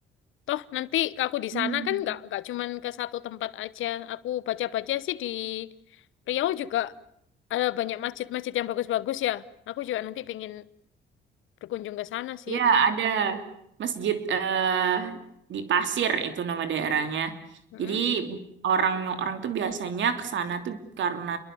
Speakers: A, on the left; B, on the right.
A: Toh nanti aku di
B: Hmm.
A: sana kan nggak nggak cuman ke satu tempat aja. Aku baca-baca sih di Riau juga ada banyak masjid-masjid yang bagus-bagus ya. Aku juga nanti pengen berkunjung ke sana sih.
B: Iya, ada masjid eh di Pasir itu nama daerahnya.
A: Mm-mm.
B: Jadi orang orang tuh biasanya ke sana tuh karena